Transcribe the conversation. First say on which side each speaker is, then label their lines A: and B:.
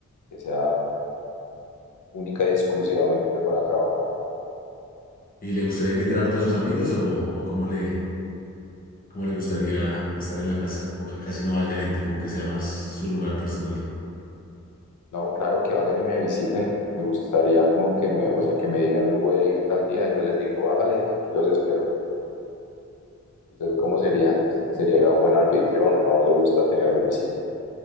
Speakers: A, on the left; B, on the left.
A: que sea única y exclusivamente para trabajar.
B: ¿Y le gustaría invitar a todos sus amigos o, o cómo le, cómo le gustaría estar en la casa? O que casi no vaya gente, como que sea más su lugar personal.
A: No, claro, que vayan y me visiten. Me gustaría como que me, o sea, que me digan voy a ir tal día. Yo les digo, hágale, aquí los espero. ¿Usted cómo sería? ¿Sería un buen anfitrión o no le gusta tener visitas?